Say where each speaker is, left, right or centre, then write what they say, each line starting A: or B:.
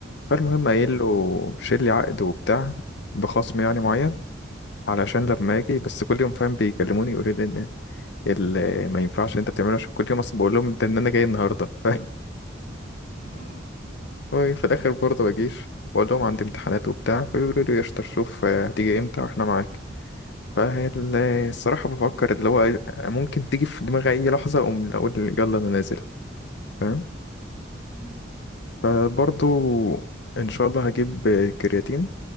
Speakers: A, on the left; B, on the left.
A: فالمهم
B: مم.
A: قايل له شيل لي عقد وبتاع بخصم يعني معين علشان لما اجي بس كل يوم فاهم بيكلموني يقولوا لي ان ال- ما ينفعش اللي انت بتعمله عشان كل يوم اصلا بقول لهم ده ان انا جاي النهارده فاهم
B: <laughs>
A: وفي الاخر برضه بجيش واقول لهم عندي امتحانات وبتاع فيقولوا لي قشطه شوف آه، هتيجي امتى واحنا معاك فالصراحة بفكر اللي هو ممكن تيجي في دماغي أي لحظة أقوم أقول يلا أنا نازل فاهم
B: مم.
A: فبرضو ان شاء الله هجيب كرياتين